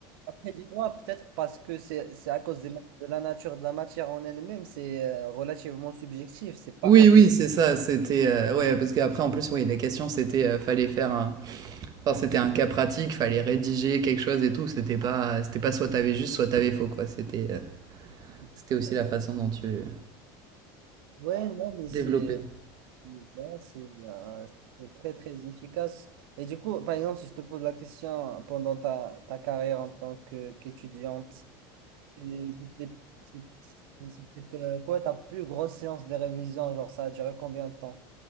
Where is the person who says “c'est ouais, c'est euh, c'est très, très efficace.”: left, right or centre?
Right